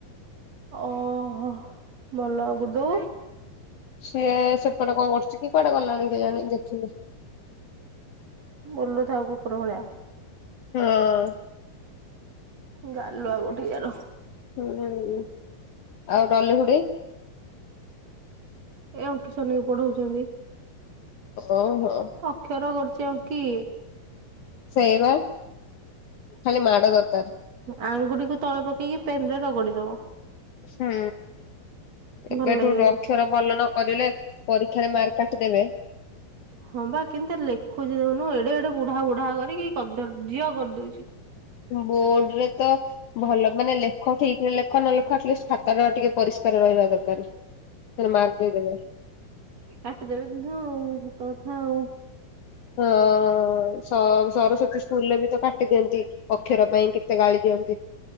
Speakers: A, on the right (about 45°); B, on the left (about 65°).
A: ଓହୋ ମଲ ଗୁଡୁ।
B: ସିଏ ସେପଟେ କଣ କରୁଛି କି କୁଆଡେ ଗଲାଣିି କେଜାଣି ଦେଖିନି।
A: ବୁଲୁଥାଉ କୁକୁର ଭଳିଆ।
B: ହଁଅଁ।
A: ଗାଲୁଆ କୋଉଠିଁ କାର।
B: ହୁଁଉଁ ଆଉ ଡଲିଖୁଡି।
A: ଏଁ ଅଙ୍କି ସୋନିକୁ ପଢଉଛନ୍ତି।
B: ଓ ହୋ।
A: ଅକ୍ଷର କରୁଛି ଅଙ୍କି।
B: ସେଇୟା ବା ଖାଲି ମାଡ ଦରକାର୍।
A: ଆଙ୍ଗୁଟି କୁ ତଳେ ପକେଇକି ପେନ୍ ରେ ରଗଡିଦବ।
B: ହୁଁ। ଏବେଠୁଁ
A: ଭଲ ଲାଗେ
B: ରଅକ୍ଷର ଭଲ ନ କରିଲେ ପରୀକ୍ଷାରେ ମାର୍କ କାଟିଦେବେ।
A: ହଁ ବା କେମିତିଆ ଲେଖୁଚି ଦେଖୁନୁ ଏଡେ ଏଡେ ବୁଢା ବୁଢା କରିକି କଦର୍ଯ୍ୟ କରିଦଉଚି।
B: ବୋର୍ଡ ରେ ତ ଭଲ ମାନେ ଲେଖ ଠିକ୍ ରେ ଲେଖ ନହେଲେ ଲେଖା ଆଟଲିଷ୍ଟ ଖାତା ଟା ଟିକେ ପରିଷ୍କାର୍ ରହିବା ଦରକାର୍। ସେ ଥିରେ ମାର୍କ ଦେଇଦେବେ।
A: କାଟି ଦେବେ ମୁହଁ ଆଉ ସତ କଥା ଆଉ।
B: ହଁ ସଁ ସରସ୍ଵତୀ ସ୍କୁଲରେ ବି ତ କାଟି ଦିଅନ୍ତି। ଅକ୍ଷର ପାଇଁ କେତେ ଗାଳି ଦିଅନ୍ତି।